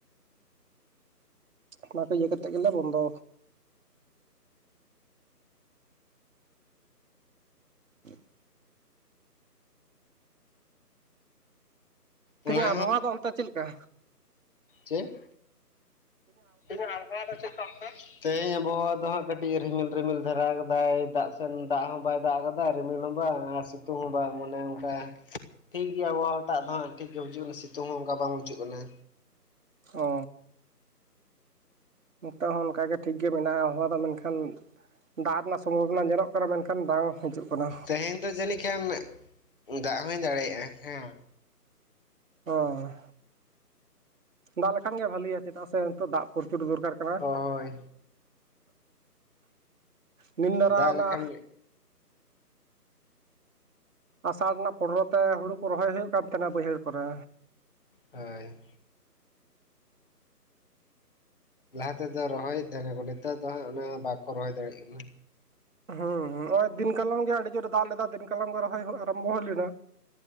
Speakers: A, on the right (about 50°); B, on the left (about 35°).
A: ᱚᱱᱟ ᱠᱚ ᱤᱭᱟᱹ ᱠᱟᱛᱮᱜ ᱜᱮᱞᱮ ᱵᱚᱱᱫᱚ <inaudible> ᱛᱮᱦᱮᱧᱟᱜ
B: ᱚᱱᱟ
A: ᱟᱵᱚᱦᱟᱣᱟ ᱫᱚ ᱚᱱᱛᱮ ᱪᱮᱫ ᱞᱮᱠᱟ?
B: ᱪᱮᱜ? ᱛᱮᱦᱮᱧᱟᱜ ᱟᱵᱚᱦᱟᱣᱟ ᱫᱚ ᱪᱮᱫᱠᱟ? ᱛᱮᱦᱮᱧ ᱟᱵᱚᱦᱟᱣᱟ ᱫᱚ ᱦᱟᱸᱜ ᱠᱟᱹᱴᱤᱡ ᱨᱤᱢᱤᱞ ᱨᱤᱢᱤᱞ ᱫᱷᱟᱨᱟᱣ ᱠᱟᱫᱟᱭ ᱫᱟᱜ ᱥᱮᱱ ᱫᱟᱜ ᱦᱚᱸ ᱵᱟᱭ ᱫᱟᱜ ᱠᱟᱫᱟᱭ ᱨᱤᱢᱤᱞ ᱦᱚᱸ ᱵᱟᱝ ᱟᱨ ᱥᱤᱛᱩᱝ ᱦᱚᱸ ᱵᱟᱝ ᱚᱱᱮ ᱚᱝᱠᱟ ᱴᱷᱤᱠ ᱜᱮᱭᱟ ᱟᱵᱚᱦᱟᱣᱟ ᱴᱟᱜ ᱫᱚ ᱦᱟᱸᱜ ᱴᱷᱤᱠ ᱜᱮ ᱵᱩᱡᱩᱜ ᱠᱟᱱᱟ ᱥᱤᱛᱩᱝ ᱦᱚᱸ ᱚᱝᱠᱟ ᱵᱟᱝ ᱵᱩᱡᱩᱜ ᱠᱟᱱᱟ
A: ᱚ ᱱᱤᱛᱚᱜ ᱦᱚᱸ ᱚᱱᱠᱟᱜ ᱜᱮ ᱴᱷᱤᱠ ᱜᱮ ᱢᱮᱱᱟᱜᱼᱟ ᱟᱵᱦᱟᱣᱟ ᱫᱚ ᱢᱮᱱᱠᱷᱟᱱ ᱫᱟᱜ ᱨᱮᱱᱟᱜ ᱥᱚᱢᱵᱷᱚᱵᱚᱱᱟ ᱧᱮᱞᱚᱜ ᱠᱟᱱᱟ ᱢᱮᱱᱠᱷᱟᱱ ᱵᱟᱝ ᱦᱤᱡᱩᱜ ᱠᱟᱱᱟ
B: ᱛᱮᱦᱮᱧ ᱫᱚ ᱡᱟᱹᱱᱤᱡ ᱠᱷᱟᱱ ᱫᱟᱜ ᱦᱚᱸᱭ ᱫᱟᱲᱮᱭᱟᱜᱼᱟ, ᱦᱮᱸ
A: ᱦᱚᱭ ᱫᱟᱜ ᱞᱮᱠᱷᱟᱱ ᱜᱮ ᱵᱷᱟᱞᱤᱭᱟ ᱪᱮᱫᱟᱜ ᱥᱮ ᱱᱤᱛᱚᱜ ᱫᱟᱜ ᱯᱚᱨᱪᱩᱨ ᱫᱚᱨᱠᱟᱨ ᱠᱟᱱᱟ
B: ᱦᱳᱭ
A: ᱱᱤᱱ ᱫᱟᱨᱟ
B: ᱫᱟᱜ
A: ᱚᱱᱟ
B: ᱞᱮᱠᱷᱟᱱ
A: ᱟᱥᱟᱲ ᱨᱮᱱᱟᱜ ᱯᱚᱱᱨᱚ ᱛᱮ ᱦᱩᱲᱩ ᱠᱚ ᱨᱚᱦᱚᱭ ᱦᱩᱭᱩᱜ ᱠᱟᱱ ᱛᱟᱦᱮᱱᱟ ᱵᱟᱹᱭᱦᱟᱹᱲ ᱠᱚᱨᱮ
B: ᱦᱳᱭ ᱞᱟᱦᱟ ᱛᱮᱫᱚ ᱨᱚᱦᱚᱭᱮᱫ ᱛᱟᱦᱮᱱᱟᱠᱚ ᱱᱮᱛᱟᱨ ᱫᱚ ᱦᱟᱸᱜ ᱚᱱᱮ ᱵᱟᱠᱚ ᱨᱚᱦᱚᱭ ᱫᱟᱲᱮᱭᱟᱜ ᱠᱟᱱᱟ
A: ᱦᱩᱸ ᱦᱩᱸ ᱦᱚᱸᱜ-ᱚᱭ ᱫᱤᱱ ᱠᱟᱞᱚᱢ ᱜᱮ ᱟᱹᱰᱤ ᱡᱳᱨᱮ ᱫᱟᱜ ᱞᱮᱫᱟ ᱫᱤᱱ ᱠᱟᱞᱚᱢ ᱜᱮ ᱨᱚᱦᱚᱭ ᱦᱳᱜ ᱟᱨᱚᱢᱵᱚ ᱦᱳᱭ ᱞᱮᱱᱟ